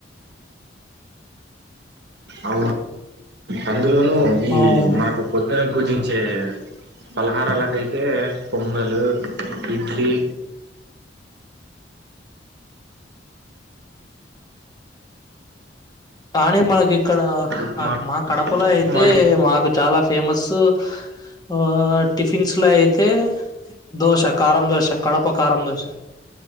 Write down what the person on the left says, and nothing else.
అవును.
కాణి మగ ఇక్కడ
నాకు మా కడపలో
అయితే మాకు చాలా ఫేమస్ ఆ టిఫిన్స్ లో అయితే దోశ కారం దోశ కడప కారం దోశ